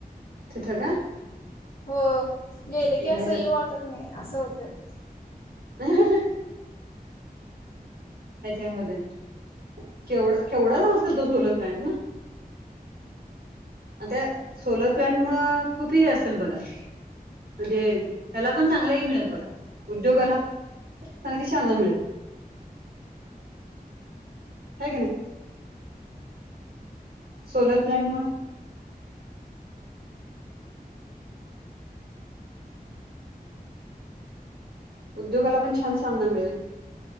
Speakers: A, on the right; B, on the left.
A: तिथं का
B: हो गेले
A: म्हणजे
B: की असं
A: ह्याच्यात
B: यी वाटत नाही असं होते
A: हम त्याच्यामध्ये केवढा केवढा जा असत तो सोलो क्रँस ना आणि त्या सोलर प्लं्ट मुं खूप ह असेल बघा म्हणजे ह्याला पण चांगलाही मिळेल बघा उद्योगाला चांगली चालना मिळेल ह का नाही सोलार प्लांट मग उद्योगाला पण छान सामना मिळेल